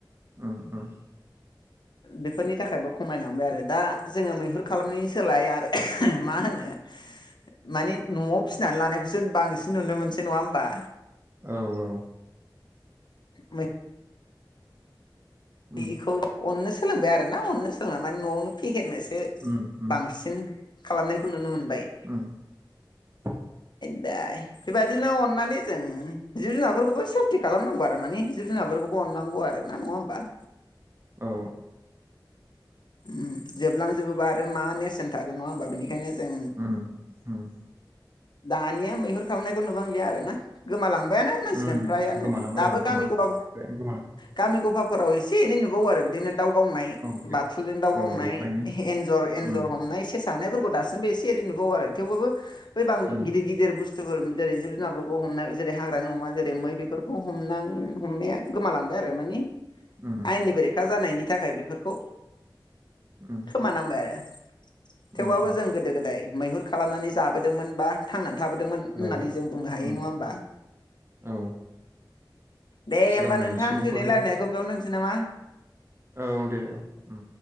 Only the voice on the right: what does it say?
उम उम
<inaudible>
औ औ
उम
उम उम
उम <inaudible>
औ
उम उम
उम
गोमालांबाय
औ
गोमा
गोमालांबाय
औ
औ एफा एनै
उम
उम
उम
उम
उम
उम
औ
उम
औ
सिगांनि
सुबुंफोरनि
औ दे औ उम